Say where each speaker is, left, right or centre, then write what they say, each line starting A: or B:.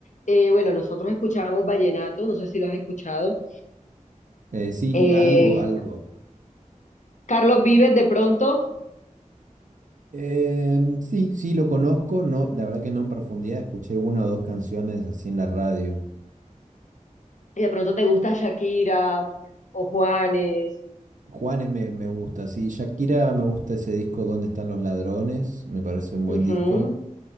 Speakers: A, on the left; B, on the right.
A: Eh, bueno, nosotros escuchábamos vallenato, no sé si lo has escuchado.
B: Eh, sí,
A: Eh,
B: algo, algo.
A: Carlos Vives de pronto,
B: Em, sí, sí lo conozco, no, la verdad que no en profundidad, escuché una o dos canciones así en la radio.
A: y de pronto te gusta Shakira o Juanes.
B: Juanes me, me gusta, sí, Shakira me gusta ese disco Donde están los ladrones? Me parece un buen
A: Ujú,
B: disco.